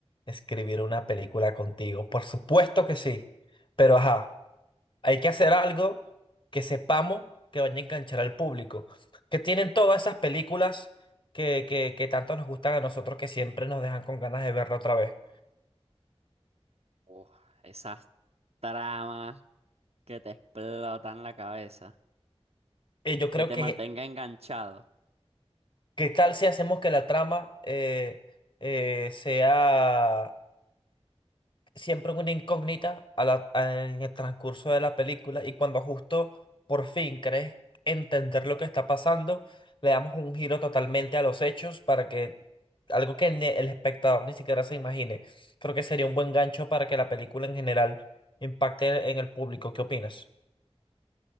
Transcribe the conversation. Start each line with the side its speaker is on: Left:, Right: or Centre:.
Left: escribir una película contigo. Por supuesto que sí. Pero ajá, hay que hacer algo que sepamos que vaya a enganchar al público. Que tienen todas esas películas que, que, que tanto nos gustan a nosotros que siempre nos dejan con ganas de verla otra vez.
Right: Uf, esas tramas que te explotan la cabeza,
Left: Eh, yo creo
Right: que te
Left: que
Right: mantenga enganchado.
Left: ¿Qué tal si hacemos que la trama eh, eh, sea siempre una incógnita a la- a- en el transcurso de la película y cuando justo por fin crees entender lo que está pasando, le damos un giro totalmente a los hechos para que algo que ni- el espectador ni siquiera se imagine. Creo que sería un buen gancho para que la película en general impacte en el público. ¿Qué opinas?